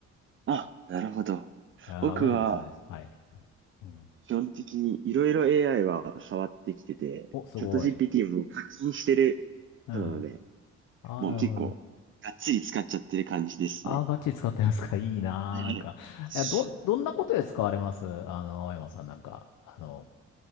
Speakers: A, on the right; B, on the left.
A: あ、なるほど。
B: ああ、
A: 僕は
B: マジです、マジです。はい。うん
A: 基本的にいろいろ AI は触ってきてて、
B: お、すごい。
A: チャット GPT も課金してる人なので、
B: うん。ああ、
A: もう結構がっつり使っちゃってる感じですね。
B: なるほどね。ああ、ガチ使ってますか。<laughs> いいなー。なんか、
A: <laughs>
B: え、ど、どんなことで使われますあの、青山さんなんか。あの、